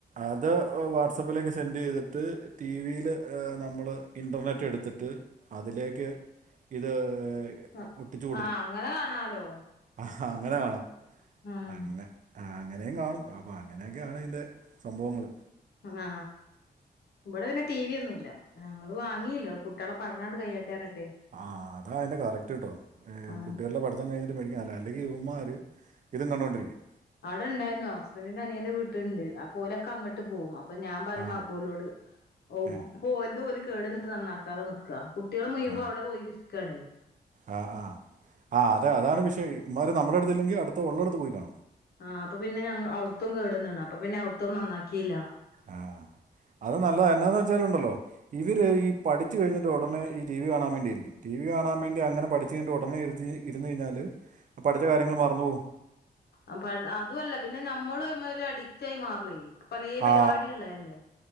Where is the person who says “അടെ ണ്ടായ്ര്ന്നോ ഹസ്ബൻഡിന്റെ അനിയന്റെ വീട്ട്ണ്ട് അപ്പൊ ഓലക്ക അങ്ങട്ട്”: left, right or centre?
Left